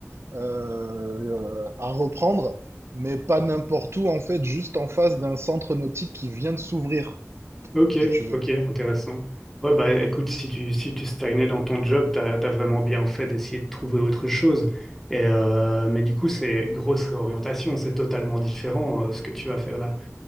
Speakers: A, on the right (about 55°); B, in the centre.
A: euh, à reprendre, mais pas n'importe où, en fait, juste en face d'un centre nautique qui vient de s'ouvrir,
B: Ok,
A: si tu veux.
B: ok, intéressant. Ouais, bah
A: Voilà.
B: écoute, si tu, si tu stagnais dans ton job, t'as, t'as vraiment bien fait d'essayer de trouver autre chose. Et, euh, mais du coup, c'est grosse réorientation, c'est totalement différent euh, ce que tu vas faire là.